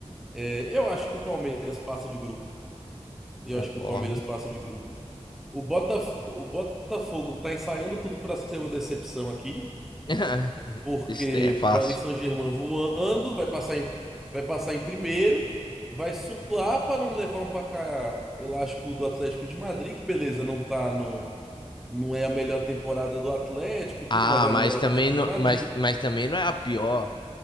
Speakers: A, in the centre; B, on the left.
A: é, eu acho que o Palmeiras passa de grupo. Eu
B: Concordo.
A: acho que o Palmeiras passa de grupo. O, Botaf o Botafogo tá ensaiando tudo para ser uma decepção aqui.
B: <laughs>
A: Porque
B: Isso daí é fácil.
A: o Paris Saint-Germain voando, vai passar em, vai passar em primeiro, vai suar para não levar um placar elástico do Atlético de Madrid, que beleza, não tá no, não é a melhor temporada do Atlético e tudo,
B: Ah,
A: mas ainda
B: mas
A: é o Atlético
B: também não,
A: de Madrid,
B: mas, mas também não é a pior.